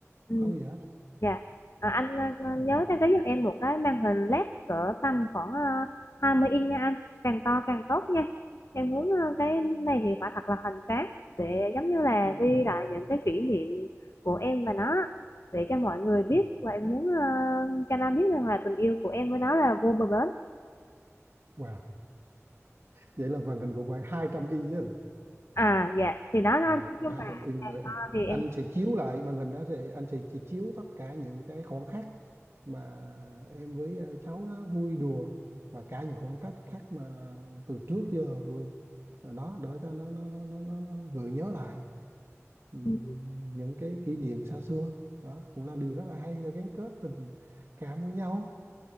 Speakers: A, on the left (about 65°); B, on the right (about 55°).
A: Ừ.
B: không có gì hết
A: Dạ. Ờ, anh ờ,
B: ừ.
A: nhớ đăng ký giùm em một cái màn hình LED cỡ tầm khoảng ờ, 20 inch nha anh. Càng to càng tốt nha. Em muốn ờ, cái này thì phải thật là hoành tráng để giống như là
B: Ừ.
A: ghi
B: ừ,
A: lại những cái kỷ niệm của em và nó để cho mọi người
B: ừ.
A: biết và em muốn ờ, cho nó biết rằng là tình yêu của em với nó là vô bờ bến.
B: Wow vậy là màn hình của bạn 200 inch chứ
A: À dạ, thì đó đó
B: À,
A: anh. Nói
B: qua
A: chung
B: hai
A: là
B: tập in
A: càng
B: rồi
A: to thì
B: anh
A: em
B: sẽ chiếu lại màn hình đó thì anh sẽ, sẽ chiếu tất cả những cái khoảnh khắc mà em với ờ, cháu đó vui đùa và cả những khoảng cách khác mà từ trước giờ vừa- đó để cho nó nó nó nó, nó, nó gợi nhớ lại Ừm,
A: ừ,
B: những cái kỷ niệm xa xưa đó cũng là điều rất là hay để gắn kết tình cảm với nhau